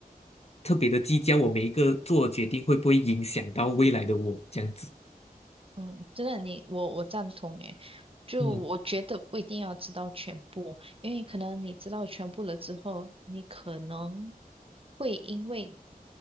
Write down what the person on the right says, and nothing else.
嗯，真的你，我我赞同诶，就我觉得不一定要知道全部，
因为可能你知道全部了之后，你可能会因为